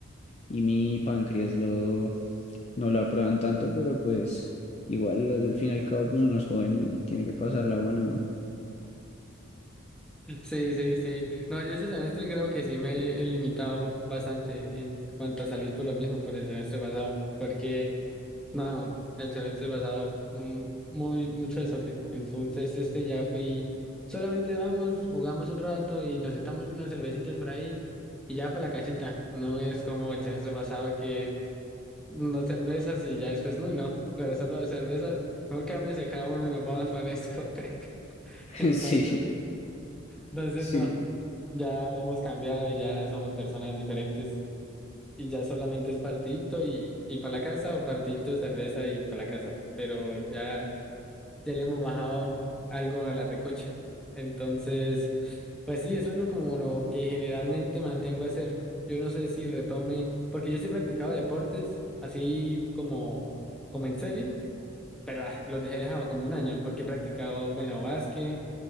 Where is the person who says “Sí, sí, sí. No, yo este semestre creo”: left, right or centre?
Centre